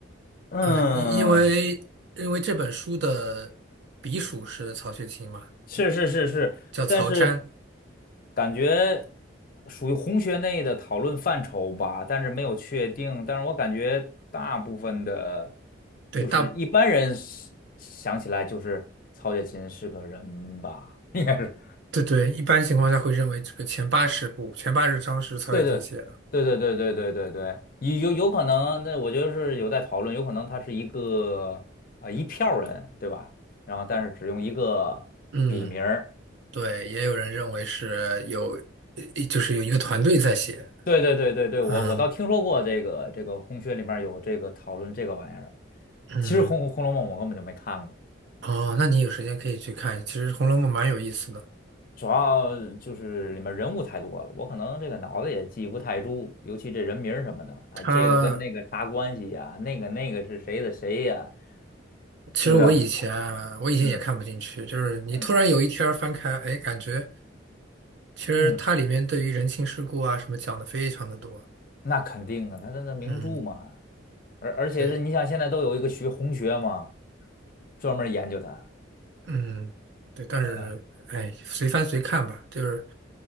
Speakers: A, on the left; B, on the right.
A: 嗯，
B: 嗯，因因为因为这本书的笔属是曹雪芹嘛，
A: 是是是是，
B: 叫曹詹。
A: 但是感觉属于红学内的讨论范畴吧，但是没有确定，但是我感觉大部分的，
B: 对，
A: 就是一般人
B: 大
A: 想起来就是曹雪芹是个人吧，应该是。
B: 对对，一般情况下会认为这个前八十部、前八十章是曹雪芹写的。
A: 对对对对对对对对对，有有有可能，那我觉得是有在讨论，有可能他是一个啊、呃一票人，对吧？然后但是只用一个笔名儿。
B: 嗯，对，也有人认为是有，呃就是有一个团队在写。
A: 对对对对对，我我倒听说过这个这个红学里面有这个讨论这个玩意儿。
B: 嗯嗯，
A: 其实红《红楼梦》我根本就没看过，
B: 哦，那你有时间可以去看，其实《红楼梦》蛮有意思的。
A: 主要就是里面人物太多了，我可能这个脑子也记不太住，尤其这人名儿什么的，哎，
B: 它
A: 这个跟那个啥关系呀、那个那个是谁的谁呀、
B: 其实我以前啊我以前也看不进去，
A: 有点儿复杂。嗯
B: 就是你突然有一天儿翻开，
A: 嗯
B: 哎，感觉。其实它里面对于人情世故啊什么讲的非常的多，
A: 嗯。那肯定啊，它那那名著嘛，
B: 嗯，
A: 而而且是你想现在都有一个学红学嘛，
B: 对，
A: 专门研究它
B: 嗯，对，但是哎，
A: <laughs>。
B: 随翻随看吧，就是